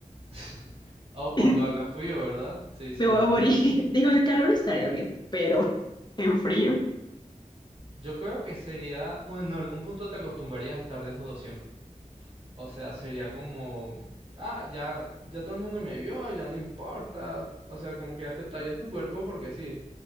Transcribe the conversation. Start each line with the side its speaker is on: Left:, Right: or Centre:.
Right: <laughs> O cuando
Left: <laughs>
Right: haga frío, ¿verdad? Sí, sería
Left: Me voy a
Right: horrible.
Left: morir. <laughs> Digo, de calor estaría bien, pero en frío,
Right: Yo creo que sería, bueno, en algún punto te acostumbrarías a estar desnudo siempre. O sea, sería como, ah, ya, ya todo el mundo me vio, ya no importa. O sea, como que aceptarías tu cuerpo porque sí,